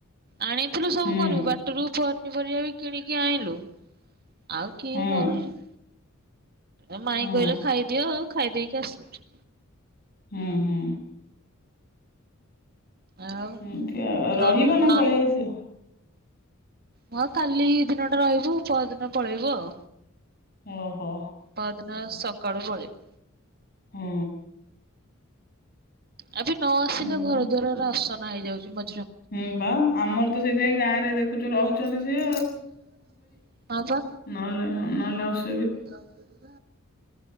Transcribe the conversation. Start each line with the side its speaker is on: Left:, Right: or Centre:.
Right: ଆଣିଥିଲୁ ସବୁ
Left: ହୁଁ
Right: କରିବୁ ବାଟୁରୁ ପନିପରିବା ବି କିଣିକି ଆଇଁଲୁ ଆଉ କିଏ
Left: ହଁ
Right: କରୁଚି। ଏ ମାଇଁ
Left: ହଁ
Right: କହିଲେ ଖାଇଦିଅ ଆଉ ଖାଇ ଦେଇକି ଆସିଲୁ।
Left: ହୁଁ ହୁଁ।
Right: ଆଉ
Left: ଏମିତି ଆଉ ଆଉ
Right: ନନ
Left: ରହିବ ନା ପଳେଇ ଆସିବ
Right: ହଁ କାଲି ଦିନଟା ରହିବୁ ପରଦିନ ପଳେଇବୁ ଆଉ।
Left: ଓହୋ।
Right: ପରଦିନ ସକାଳୁ ପଳେଇବୁ।
Left: ହୁଁ।
Right: ଆଜି ନ ଆସିଲେ
Left: ଏମିତି।
Right: ଘର ଦୁଆରରା ଅସନା ହେଇଯାଉଚି। ମା
Left: ହୁଁ ବା ଆମର ତ ସେଇଥିପାଇଁ ଗାଁ ରେ ଦେଖୁଛୁ ରହୁଛନ୍ତି ସିଏ
Right: <unintelligible> ହଁ ପା।
Left: ନହଲେ ନ <unintelligible>
Right: ହେଲେ ଆସିବି।